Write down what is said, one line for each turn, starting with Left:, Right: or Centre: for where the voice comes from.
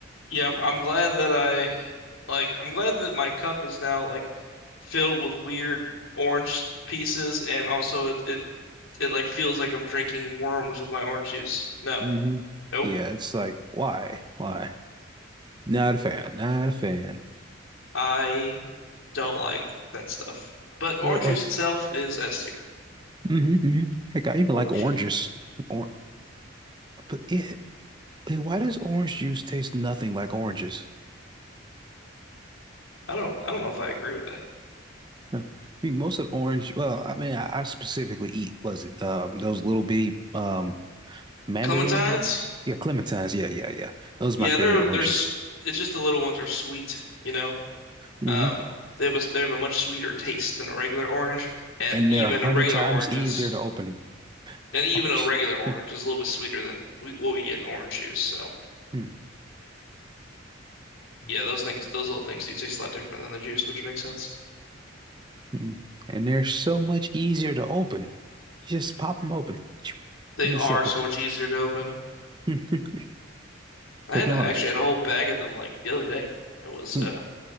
Left: Yeah, I'm, I'm glad that I like I'm glad that my cup is now like filled with weird orange pieces and also it it, it like feels like I'm drinking worms with my orange juice. No.
Right: hmm
Left: Nope.
Right: Yeah, it's like, why? Why? Not a fan. Not a fan.
Left: I don't like that stuff. But orange
Right: Uh-uh.
Left: juice itself is S tier
Right: hmm hmm Heck, I even
Left: for
Right: like oranges.
Left: sure.
Right: Or but it, it- why does orange juice taste nothing like oranges?
Left: I don't I don't know if I agree with that.
Right: Huh. I mean, most of the orange. Well, I mean, I, I specifically eat was it um those little bitty um mandarins
Left: Clementines?
Right: at the yeah clementines. Yeah, yeah, yeah. Those
Left: Yeah,
Right: are my favorite
Left: they're
Right: oranges.
Left: they're s- it's just the little ones are sweet, you know.
Right: Mm-hmm.
Left: Um they have a, they have a much sweeter taste than a regular orange and
Right: And
Left: even
Right: they're a hundred
Left: a regular
Right: times
Left: orange
Right: easier
Left: is
Right: to open.
Left: And even
Right: <laughs>
Left: a regular orange is a little bit sweeter than we, what we get in orange juice. So
Right: Hmm,
Left: yeah, those things, those little things do taste a lot different than the juice, which makes sense.
Right: hmm. And they're so much easier to open. You just pop them open
Left: They
Right: in
Left: are
Right: a second.
Left: so much easier to open.
Right: <laughs>
Left: I
Right: Technology.
Left: had a, actually had a whole bag of them like the other day. It was
Right: Hmm.
Left: uh,